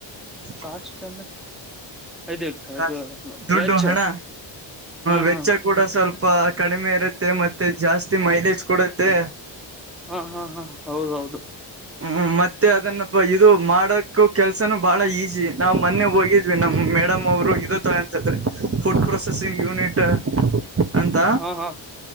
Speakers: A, on the right; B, in the centre.
A: <unintelligible>
B: ಅಷ್ಟ ಅಂದ್ರ ಅದುಕ್ಕೆ
A: ಕಾಸ್ಟ್
B: ಅದು
A: ದುಡ್ಡು
B: ವೆಚ್ಚ
A: ಹಣ
B: ಹಾ
A: ವೆಚ್ಚ
B: ಹಾ.
A: ಕೂಡ ಸ್ವಲ್ಪ ಕಡಿಮೆ ಇರುತ್ತೆ ಮತ್ತೆ ಜಾಸ್ತಿ ಮೈಲೇಜ್ ಕೂಡತ್ತೆ.
B: ಹಾ ಹಾ ಹಾ ಹೌದೌದು.
A: ಹ್ಮ್ ಮತ್ತೆ ಅದನ್ನಪ್ಪ ಇದು ಮಾಡಕ್ಕ ಕೆಲ್ಸನೂ ಬಹಳ ಈಸಿ ನಾವ್ ಮೊನ್ನೆ ಹೋಗಿ. ನಮ್ಮ್ ಮೇಡಮ್ ಅವರು ಇದ ತಗ್ ಅಂತಂದ್ರೆ ಫುಡ್ ಪ್ರೊಸೆಸಿಂಗ್ ಯೂನಿಟ. ಅಂತ
B: ಹಾ ಹಾ